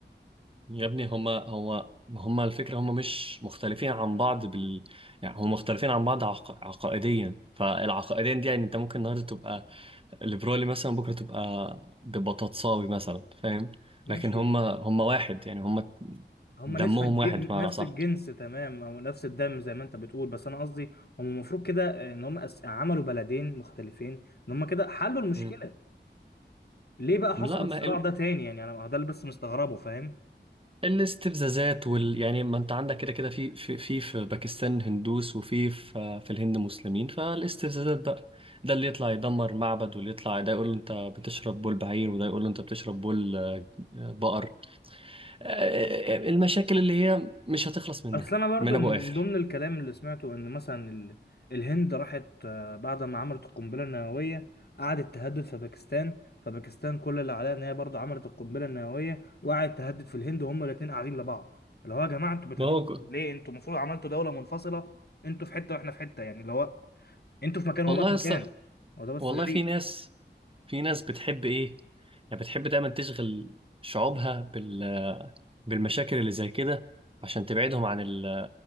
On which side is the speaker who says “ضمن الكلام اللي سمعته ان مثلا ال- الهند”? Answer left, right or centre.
Left